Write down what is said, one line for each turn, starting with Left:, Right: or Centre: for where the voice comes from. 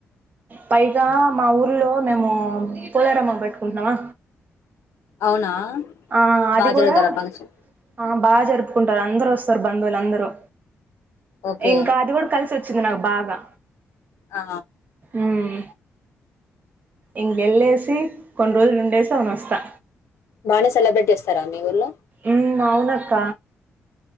Right: పైగా మా ఊర్లో మేము పోలేరమ్మ పెట్టుకుంటునమా
Left: అవునా
Right: ఆ అది
Left: బాగా
Right: కూడా
Left: జరుగుతారా ఫంక్షన్
Right: ఆ బా జరుపుకుం టారు అందరు వస్తారు బంధువులు అందరూ
Left: ఓకే
Right: ఇంకా అది కూడా కలిసి వచ్చింది నాకు బా గ
Left: ఆ
Right: ఉమ్ ఇంకెళ్ళేసి కొన్ రోజులు ఉండేసి అవును వస్తా
Left: బానే సెలబ్రేట్ చేస్తారా మీ ఊర్లో
Right: ఉమ్ అవునక్క